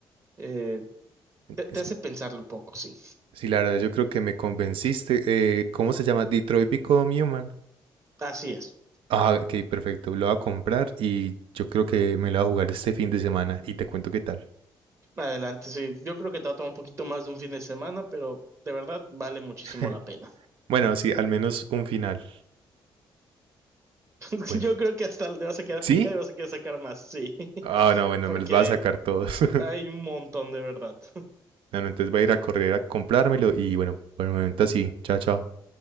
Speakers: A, on the right; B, on the right.
A: eh, te te
B: Es,
A: hace pensarlo un poco, sí.
B: Sí, la verdad, yo creo que me convenciste. Eh, ¿cómo se llama? Detroit Become Human.
A: Así es.
B: Ah, ok, perfecto. Lo voy a comprar y yo creo que me lo voy a jugar este fin de semana y te cuento qué tal.
A: Adelante, sí. Yo creo que te va a tomar un poquito más de un fin de semana, pero de verdad vale muchísimo
B: <laughs>
A: la pena.
B: Bueno, sí, al menos un final.
A: <laughs>
B: Bueno.
A: Yo creo que hasta te vas a quedar
B: ¿Sí?
A: picado y vas a querer sacar más, sí. <laughs>
B: Ah, no, bueno,
A: Porque
B: me los va a sacar todos. <laughs>
A: hay un montón de verdad. <laughs>
B: No, no, entonces voy a ir a correr a comprármelo y bueno, por el momento así. Chao, chao.